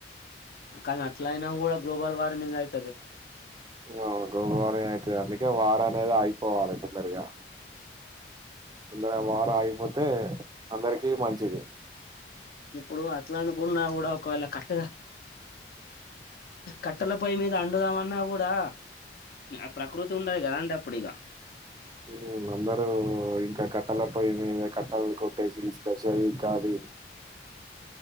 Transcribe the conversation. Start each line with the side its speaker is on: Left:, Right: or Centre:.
Left: కానీ అట్ల అయినా కూడా గ్లోబల్ వార్మింగ్ అయి
Right: అవు గ్లోబల్ వార్మింగ్ అయితది అవిట్ ఇగ వార్ అనేది ఆగిపోవాలే తొందరగా తొందరగా వార్ ఆగిపోతే అందరికి మంచిది.
Left: ఇప్పుడు అట్లా అనుకున్నా కూడా ఒకవేళ కట్టల కట్టెల పొయ్యి మీద అండుదామన్నా కూడా ఆ ప్రకృతి ఉండది కదా అండి అప్పుడు ఇగ
Right: మ్మ్ అందరూ ఇంకా కట్టల పోయి మీద కట్టలు కొట్టేసి తీసుకొచ్చి అయి చాది